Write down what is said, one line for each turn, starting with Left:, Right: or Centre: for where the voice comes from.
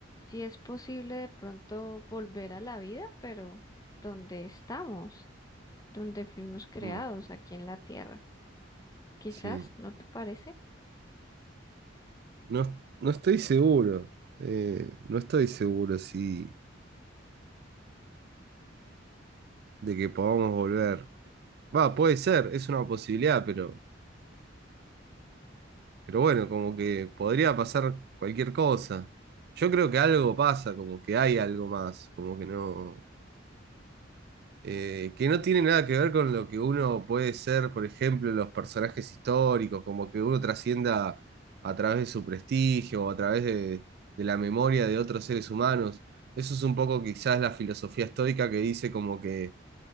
Left: sí es posible de pronto volver a la vida, pero donde estamos, donde fuimos creados,
Right: mm.
Left: aquí en la tierra. Quizás,
Right: Sí.
Left: ¿no te parece?
Right: No, no estoy seguro. eh, no estoy seguro si de que podamos volver. Va, puede ser, es una posibilidad, pero, pero bueno, como que podría pasar cualquier cosa. Yo creo que algo pasa, como que hay algo más, como que no. eh, que no tiene nada que ver con lo que uno puede ser, por ejemplo, los personajes históricos, como que uno trascienda a través de su prestigio o a través de, de la memoria de otros seres humanos. Eso es un poco quizás la filosofía estoica que dice como que